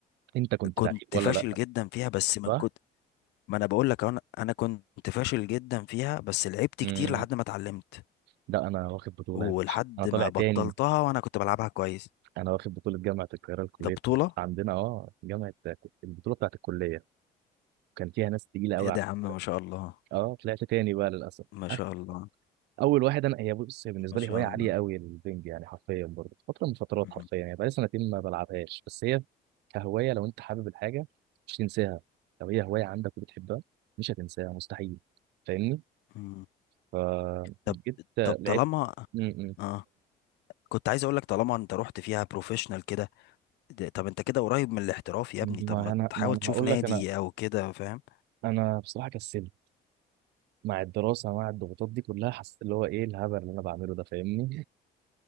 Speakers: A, on the right; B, on the left.
A: أنت كنت
B: كنت
A: لعيب ولا
B: فاشل
A: لا
B: جدا فيها بس من
A: صح؟
B: كتر ما انا بقول لك انا انا كنت فاشل جدا فيها بس لعبت
A: امم
B: كتير لحد ما اتعلمت
A: لا أنا واخد بطولة
B: ولحد
A: يا باشا أنا طالع
B: ما
A: تاني
B: بطلتها وانا كنت بلعبها كويس
A: انا واخد بطوله جامعه القاهره لكليه
B: ده بطولة
A: طب. عندنا اه جامعه البطوله بتاعت الكليه كان فيها ناس تقيله قوي
B: ايه ده
A: على
B: يا عم ما شاء الله
A: اه طلعت تاني بقى للاسف
B: ما شاء
A: أخ-
B: الله
A: اول واحد انا هي بص هي بالنسبه
B: ما شاء
A: لي هوايه
B: الله
A: عاليه قوي البنج يعني حرفيا برضه فتره من فترات
B: مم.
A: حرفيا يعني بقالي سنتين ما بلعبهاش بس هي كهوايه لو انت حابب الحاجه مش تنساها لو هي هوايه عندك وبتحبها مش هتنساها مستحيل فاهمني
B: مم.
A: فجيت
B: طب
A: لعبت
B: طب طالما
A: م- م.
B: اه كنت عايز اقول لك طالما انت رحت فيها بروفيشنال كده ده- طب انت كده قريب من الاحتراف يا
A: ما
B: ابني طب ما
A: انا
B: تحاول
A: ما انا
B: تشوف
A: هقول
B: نادي
A: لك انا
B: او كده فاهم
A: انا بصراحه كسلت مع الدراسة مع الضغوطات دي كلها حسيت اللي هو ايه الهبل اللي انا بعمله ده فاهمني